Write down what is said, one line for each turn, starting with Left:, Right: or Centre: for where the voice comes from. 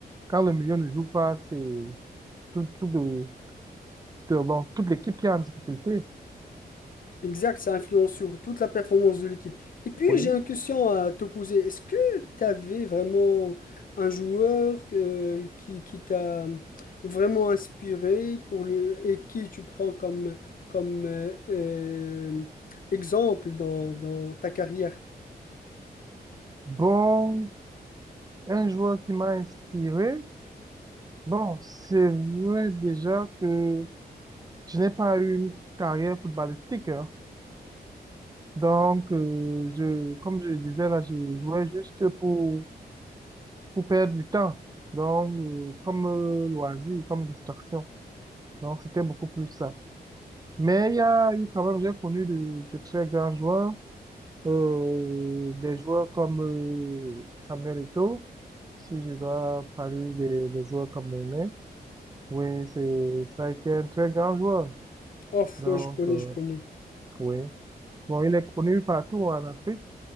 Right: Quand le milieu ne joue pas, c'est tout, tout de, de- bon, toute l'équipe qui est en difficulté.
Left: Exact, ça influence sur toute la performance de l'équipe. Et puis,
Right: Oui.
Left: j'ai une question à te poser. Est-ce que tu avais vraiment un joueur euh, qui, qui t'a vraiment inspiré pour le, et qui tu prends comme, comme euh, euh, exemple dans, dans ta carrière?
Right: Bon, un joueur qui m'a inspiré. Bon, c'est vrai déjà que je n'ai pas eu une carrière footballistique. hein. Donc, euh, je, comme je le disais là, je jouais juste pour, pour perdre du temps. Donc, euh, comme euh, loisir, comme distraction. Donc, c'était beaucoup plus ça. Mais il y a eu quand même, j'ai connu de, de très grands joueurs, euh, des joueurs comme euh, Samuel Eto'o, si je dois parler des, des joueurs camerounais. Oui, c'est, ça a été un très grand joueur.
Left: Oh,
Right: Donc,
Left: ouais, je connais,
Right: euh,
Left: je connais.
Right: oui. Bon, il est connu partout en Afrique.